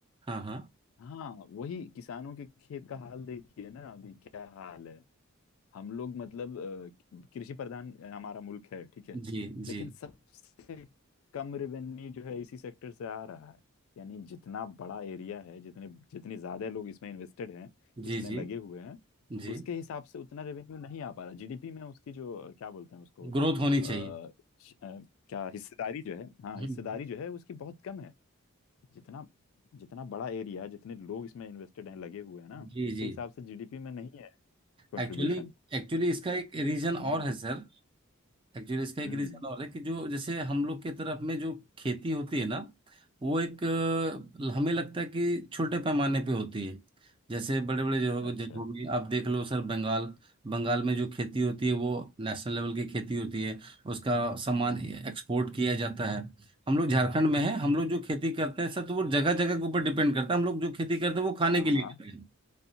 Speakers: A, on the right; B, on the left.
A: हाँ हाँ
B: हाँ वही किसानों के खेत का हाल देखिए ना अभी क्या हाल है हम लोग मतलब अ, कृषि प्रधान हमारा मुल्क है ठीक है
A: जी
B: लेकिन
A: जी
B: सबसे कम रेवेन्यू जो है इसी सेक्टर से आ रहा है यानी जितना बड़ा एरिया है जितने जितने ज्यादा लोग इसमें इन्वेस्टेड हैं
A: जी
B: इसमें
A: जी
B: लगे हुए हैं
A: जी
B: उसके हिसाब से उतना रेवेन्यू नहीं आ पा रहा जीडीपी में उसकी जो अ, क्या बोलते हैं उसको अ,
A: ग्रोथ होनी चाहिए
B: श- अ, क्या हिस्सेदारी जो है हाँ
A: हम्म
B: हिस्सेदारी
A: हम्म।
B: जो है उसकी बहुत कम है जितना जितना बड़ा एरिया जितने लोग इसमें इन्वेस्टेड हैं लगे हुए हैं ना
A: जी
B: उसके
A: जी
B: हिसाब से जीडीपी में नहीं है कंट्रीब्यूशन
A: एक्चुअली एक्चुअली इसका एक रीजन
B: हम्म
A: और है सर एक्चुअली इसका एक
B: हम्म
A: रीजन और है कि जो जैसे हम लोग के तरफ में जो खेती होती है ना वो एक अ, हमें लगता है कि छोटे पैमाने पे होती है जैसे बड़े बड़े जगहों
B: अच्छा
A: जगहों में आप देख लो सर बंगाल बंगाल में जो खेती होती है वो नेशनल लेवल की खेती होती है उसका सामान एक्सपोर्ट किया जाता है हम लोग झारखंड में है हम लोग जो खेती करते हैं सर तो वो जगह जगह के ऊपर डिपेंड करता है हम लोग जो खेती करते हैं वो खाने
B: हाँ
A: के लिए
B: हाँ
A: करते हैं